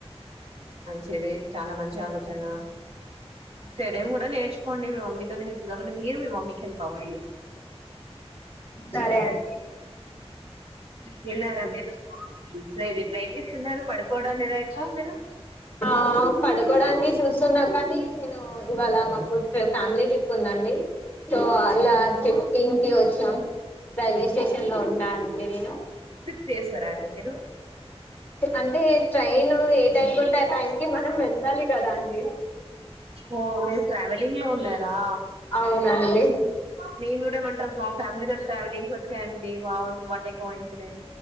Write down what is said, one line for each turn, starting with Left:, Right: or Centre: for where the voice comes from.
Right: మంచిది చాలా మంచి ఆలోచన చెయడం కూడా నేర్చు పొండి మీ మమ్మీ తో నే హెల్ప్ నార మీరు మీ మమ్మీ కి హెల్ప్ అవ్వండి
Left: సరే అండి
Right: తిన్నారా మీరు లేదు ఇప్పుడు ఏం చేస్తున్నారు పడుకోడం లేదా ఇకా మీరు
Left: ఆ పడుకోడానికె చూస్తున్నా కానీ నేను ఇవాళ మా గో ఫ్యామిలీ ట్రిప్ ఉందండి సో అలా ట్రిప్ కింకి వచ్చాం రైల్వే స్టేషన్ లో ఉన్నా అండి నేను
Right: చేసారా అండి మీరు
Left: అంటే ట్రైన్ ఏ టైంకి ఉంటే ఆ టైం కి మనం వెళ్ళాలి కదా అండి
Right: ఓ మీర్ ట్రె లీవ్ లో ఉన్నారా
Left: అవునండి
Right: మేము గూడా ఫ్యామిలీ తోని ట్రావెలింగ్ కండి వావ్ వాటే కోయి